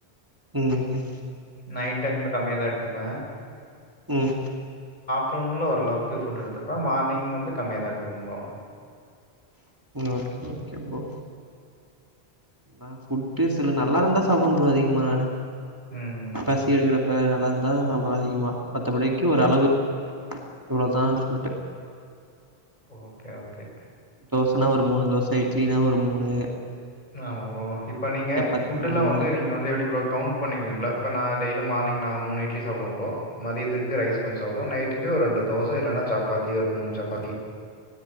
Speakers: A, on the right; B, on the left.
A: ம்
B: நைட் டைம்கு கம்மியாதா எடுத்துப்பே
A: ம்
B: தூம்லோ ஓரளவுக்கு ஃபுட் எடுத்துப்பே மார்னிங் வந்து கம்மியா தா எடுத்துப்ப ப்ரோ
A: ஓகே ஓகே ப்ரோ நா ஃபுட்டு சில நல்லாருந்தா சாப்டுவே ப்ரோ அதிகமா நானு
B: ம்.
A: பசி எடுக்கறப்ப நல்லா இருந்தா சாப்டுவ அதிகமா மத்த படிக்கு ஒரு அளவு இவ்ளோதான் சொல்ட்டு
B: ஓகே ஓகே
A: தோசனா ஒரு மூணு தோச இட்லினா ஒரு மூணு
B: ம் ஆமா ப்ரோ இப்ப நீங்க
A: சப்பாத்தி
B: ஃபுட்டுலா
A: ஒரு மூணு
B: வந்து நீங்க வந்து எப்டி ப்ரோ கவுண்ட் பண்ணிக்வீங்களா இப்ப நா டெய்லியு மார்னிங் நா மூணு இட்லி சாப்டுவ ப்ரோ மதியத்துக்கு ரைஸ் கொஞ்ச சாப்டுவ நைட்டுக்கு ஒரு ரெண்டு தோச இல்லனா சப்பாத்தி ஒரு மூணு சப்பாத்தி